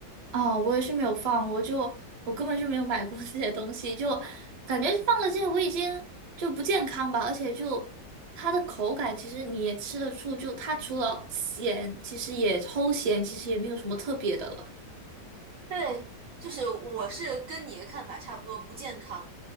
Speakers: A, on the right (about 35°); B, on the right (about 65°).
A: 哦，我也是没有放，我就我根本就没有买过 <laughs> 这些东西，就感觉放了这些我已经就不健康吧，而且就它的口感其实你也吃得出，就它除了咸，其实也齁咸，其实也没有什么特别的了。
B: 对，就是我是跟你的看法差不多，不健康。